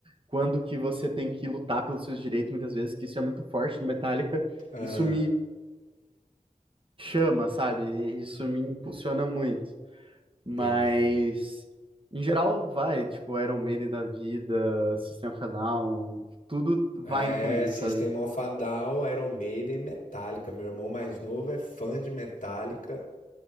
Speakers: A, on the right (about 40°); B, on the left (about 70°).
A: quando que você tem que lutar pelos seus direitos, muitas vezes, que isso é muito forte no Metallica,
B: Ah,
A: isso me chama, sabe? Isso me impulsiona muito. Mas,
B: entendi.
A: em geral, vai, tipo, Iron Maiden da vida, System of a Down, tudo vai
B: É,
A: incluindo,
B: System
A: sabe?
B: of a Down, Iron Maiden, Metallica. Meu irmão mais novo é fã de Metallica.